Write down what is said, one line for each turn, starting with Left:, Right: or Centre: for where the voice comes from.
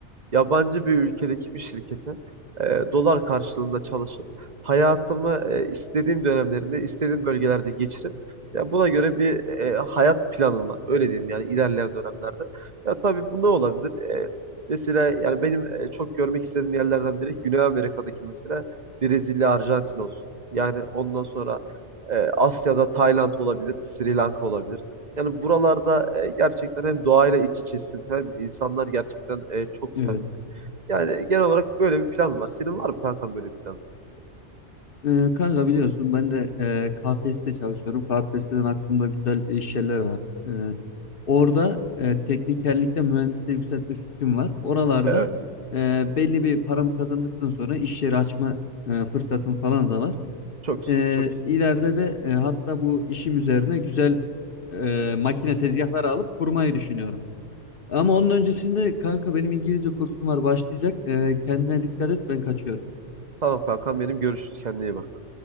Right: yabancı bir ülkedeki bir şirkete e, dolar karşılığında çalışıp hayatımı e, istediğim dönemlerinde istediğim bölgelerde geçirip ya buna göre bir e, hayat planım var. Öyle diyeyim yani ilerleyen dönemlerde. Ya tabii bu ne olabilir? E, mesela yani benim e, çok görmek istediğim yerlerden biri Güney Amerika'daki mesela Brezilya, Arjantin olsun. Yani ondan sonra e, Asya'da Tayland olabilir, Sri Lanka olabilir. Yani buralarda e, gerçekten hem doğayla iç içesin hem insanlar gerçekten e, çok
Left: Evet.
Right: samimi. Yani genel olarak böyle bir plan var. Senin var mı kankam böyle bir planın?
Left: Ee, kanka biliyorsun ben de e, KPSS'de çalışıyorum. KPSS'den aklımda güzel iş yerleri var. Ee, orada e, teknikerlikte mühendisliği yükseltme fikrim var. Oralarda
Right: E, Evet.
Left: e, belli bir paramı kazandıktan sonra iş yeri açma e, fırsatım falan da var.
Right: Çok güzel,
Left: Ee,
Right: çok güzel.
Left: ileride de e, hatta bu işim üzerine güzel e, makine tezgahları alıp kurmayı düşünüyorum. Ama onun öncesinde kanka benim İngilizce kursum var başlayacak. Ee, kendine dikkat et ben kaçıyorum.
Right: Tamam kankam benim görüşürüz kendine iyi bak.